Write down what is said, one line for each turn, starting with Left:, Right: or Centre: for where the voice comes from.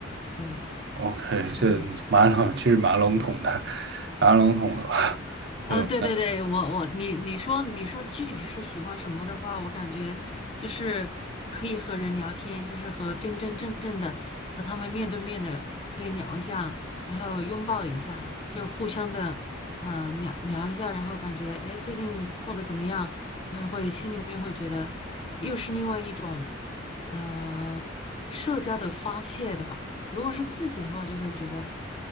Left: 对，
Right: ？OK，
Left: 我喜欢。
Right: 这你蛮笼，其实蛮笼统的，<laughs> 蛮笼统的吧？
Left: 呃，
Right: 了。
Left: 对对对，
Right: 就
Left: 我我你你说你说具体是喜欢什么的话，我感觉就是可以和人聊天，就是和真真正正的和他们面对面的可以聊一下，然后拥抱一下，就是互相的嗯、呃聊聊一下，然后感觉哎诶最近过得怎么样，然后会心里面会觉得又是另外一种呃社交的发泄的吧。如果是自己的话，就会觉得。